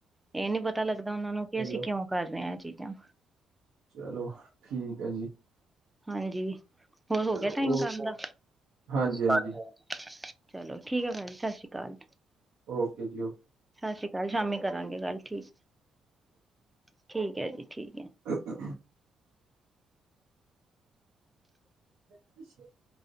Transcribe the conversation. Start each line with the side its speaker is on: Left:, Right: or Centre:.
Centre: ਇਹ ਨੀ ਪਤਾ ਲਗਦਾ ਉਹਨਾ ਨੂੰ ਕਿ
Right: ਚਲੋ
Centre: ਅਸੀ ਕਿਉ ਕਰਦੇ ਹਾਂ ਇਹ ਚੀਜਾ।
Right: ਚਲੋ ਠੀਕ ਹੈ ਜੀ।
Centre: ਹਾਂਜੀ ਹੋਰ ਹੋਗ
Right: ਚਲੋ
Centre: ਟਾਈਮ
Right: ਓ
Centre: ਕਮ ਦਾ,
Right: ਹਾਂਜੀ ਹਾਂਜੀ
Centre: ਹਾਂਜੀ-ਹਾਂਜੀ। ਚਲੋ ਠੀਕ ਹੈ ਭਾਅ ਜੀ ਸਸ ਸ੍ਰੀ ਕਾਲ।
Right: ਓਕੇ ਜੀ ਓ
Centre: ਸਸ ਸ੍ਰੀ ਕਾਲ ਸ਼ਾਮੀ ਕਰਾਂਗੇ ਗੱਲ ਠੀਕ, ਠੀਕ ਹੈ ਜੀ ਠੀਕ ਹੈ।
Right: ਹ <unintelligible>